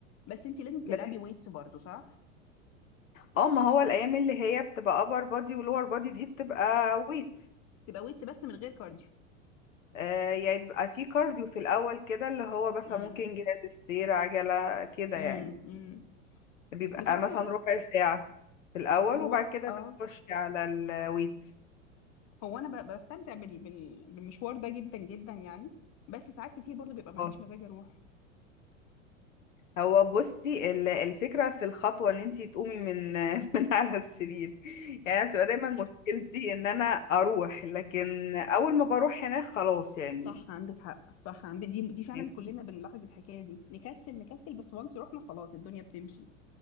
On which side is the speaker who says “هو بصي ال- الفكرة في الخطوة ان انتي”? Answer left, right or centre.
Left